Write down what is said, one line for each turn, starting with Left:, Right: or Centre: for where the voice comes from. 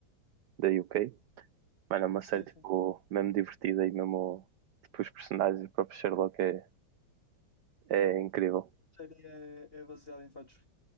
Right: da UK. Mano, é uma
Left: Sim,
Right: série tipo
Left: sim.
Right: mesmo divertida e mesmo tipo, os personagens do próprio Sherlock é, é incrível.
Left: série é, é baseada em fatos